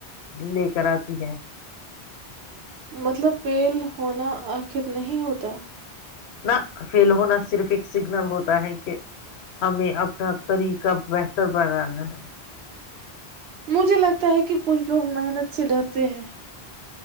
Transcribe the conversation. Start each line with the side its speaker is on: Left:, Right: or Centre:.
Left: لے کر آتی ہے
Right: مطلب فیل ہونا آخر نہیں ہوتا
Left: ن فیل ہونا صرف ایک سگنل ہوتا ہے کہ ہمیں اپنا طریقہ بہتر بنانا ہے
Right: مجھے لگتا ہے کہ کچھ لوگ محنت سے ڈرتے ہیں